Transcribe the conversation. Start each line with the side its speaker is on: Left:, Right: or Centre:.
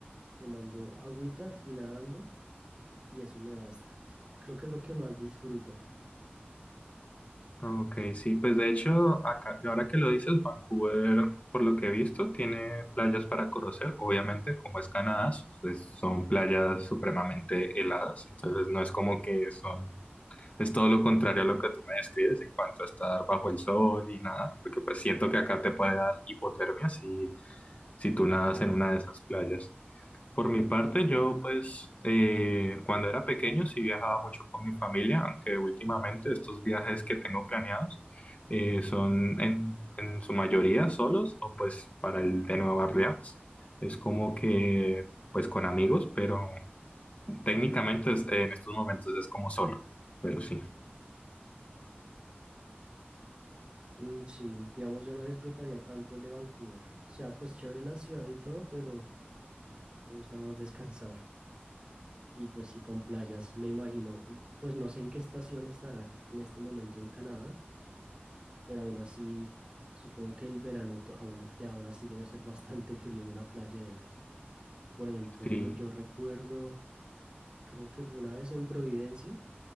Right: tomando agüita y nadando y eso me basta. Creo que es lo que más disfruto.
Left: Ah, Ok, sí, pues de hecho, acá, ahora que lo dices, Vancouver, por lo que he visto, tiene playas para conocer. Obviamente, como es Canadá, pues, son playas supremamente heladas, entonces no es como que son es todo lo contrario a lo que tú me describes en cuanto a estar bajo el sol y nadar, porque pues siento que acá te puede dar hipotermia si, si tú nadas en una de esas playas. Por mi parte, yo pues eh, cuando era pequeño sí viajaba mucho con mi familia, aunque últimamente estos viajes que tengo planeados eh, son en, en su mayoría solos o pues para el de Nueva Orleans. Es como que pues con amigos, pero técnicamente es- en estos momentos es como solo, pero sí.
Right: Mm, sí, digamos, yo no disfrutaría tanto el de Vancouver. O sea, pues chévere la ciudad y todo, pero me gusta más descansar. Y pues sí, con playas, me imagino. Pues no sé en qué estación estarán en este momento en Canadá, pero aún así, supongo que el verano to- aún, de- aún así debe ser bastante frío una playa de esas. Por ejemplo,
Left: Sí,
Right: ro- yo recuerdo, creo que fue una vez en Providencia.